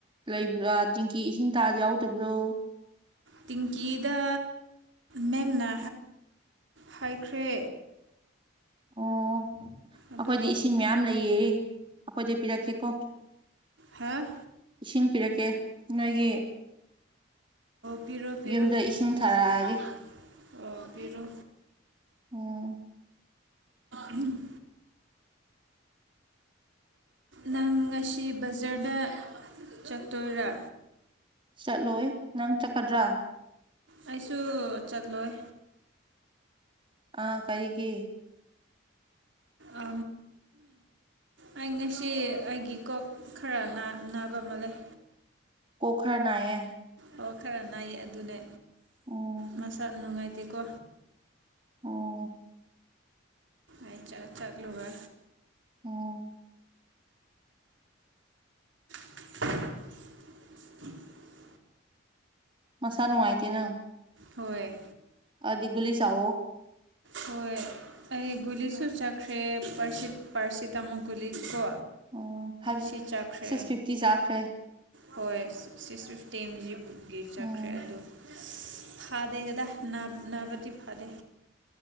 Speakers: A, on the right; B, on the right.
A: ꯂꯩꯕ꯭ꯔꯥ ꯆꯦꯡꯀꯤ ꯏꯁꯤꯡ ꯇꯥꯗ ꯌꯥꯎꯗꯕ꯭ꯔꯣ
B: ꯇꯤꯤꯡꯀꯤꯗ ꯃꯦꯝꯅ ꯍꯥꯏꯈ꯭ꯔꯦ
A: ꯑꯣ
B: ꯑꯗꯨ
A: ꯑꯩꯈꯣꯏꯗꯤ ꯏꯁꯤꯡ ꯃꯌꯥꯝ ꯂꯩꯌꯦ ꯑꯩꯈꯣꯏꯗꯤ ꯄꯔꯦ ꯀꯣ
B: ꯍꯥꯦ
A: ꯏꯁꯤꯡ ꯄꯤꯔꯛꯀꯦ ꯅꯣꯏꯒꯤ
B: ꯄꯤꯔꯣ ꯄꯤꯔꯣ
A: ꯌꯨꯝꯗ ꯏꯁꯤꯡ ꯊꯥꯔꯛꯑꯒꯦ
B: ꯄꯔꯣ
A: ꯎꯝ
B: ꯎꯝ ꯅꯪ ꯉꯁꯤ ꯕꯖꯥꯔꯗ ꯆꯠꯇꯣꯏꯔꯥ
A: ꯆꯠꯂꯣꯏ ꯅꯪ ꯆꯠꯀꯗ꯭ꯔꯥ
B: ꯑꯩꯁꯨ ꯆꯠꯂꯣꯏ
A: ꯑꯥ ꯀꯔꯤꯒꯦ
B: ꯑ ꯑꯩ ꯉꯁꯤ ꯑꯩꯒꯤ ꯀꯣꯛ ꯈꯔ ꯅꯥꯕ ꯑꯃ ꯂꯩ
A: ꯄꯣꯈꯔꯅꯥꯌꯦ
B: ꯑꯣ ꯈꯔ ꯅꯥꯏꯌꯦ ꯑꯗꯨꯅꯦ
A: ꯎꯝ
B: ꯃꯁꯥ ꯅꯨꯡꯉꯥꯏꯇꯦꯀꯣ
A: ꯑꯣ
B: ꯑ ꯆ ꯆꯠ ꯂꯨꯦ
A: ꯎꯝ
B: <unintelligible>
A: ꯃꯁꯥ ꯅꯨꯡꯉꯥꯏꯇꯦ ꯅꯪ
B: ꯍꯣꯏ
A: ꯑꯗꯤꯒꯨꯂꯤ ꯁꯥꯋꯣ
B: ꯍꯣꯏ ꯑꯩ ꯒꯨꯂꯤꯁꯨ ꯆꯠꯈ꯭ꯔꯦ ꯄꯥꯔꯁꯤ ꯇꯥꯃꯨꯛ ꯒꯨꯂꯤ ꯀꯣ
A: ꯑꯣ ꯐꯥꯏꯚ
B: ꯁꯤꯤ ꯆꯦ
A: ꯁꯤꯛꯁ ꯐꯤꯐꯇꯤ ꯆꯥꯈ꯭ꯔꯦ
B: ꯍꯣꯏ ꯇꯦꯝꯖꯤ ꯕꯨꯒꯤ ꯆꯠꯈ꯭ꯔꯦ
A: ꯎꯝ
B: ꯑꯗꯨ ꯐꯥꯗꯦ ꯀꯗ ꯅꯅꯥ ꯅꯅꯥꯕꯖꯤ ꯐꯥꯗ